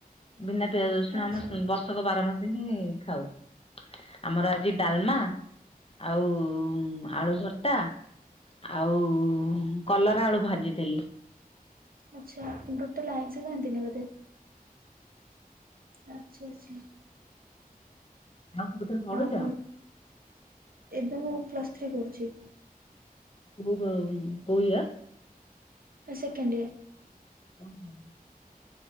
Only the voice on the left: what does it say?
ବିନା ପିଆଜ, ରସୁଣ
ଆମ ବର୍ଷକ ବାର ମା ଖାଉ ଆମର ଆଜି ଡାଲମା ଆଉ ଆଳୁ ଭର୍ତା ଆଉ କଲରା ଆଳୁ ଭାଜିଥିଲି
ଆଉ କୋଉଥିରେ ପଢୁଛ?
କୋ କୋଉ ୟର୍?
<inaudible>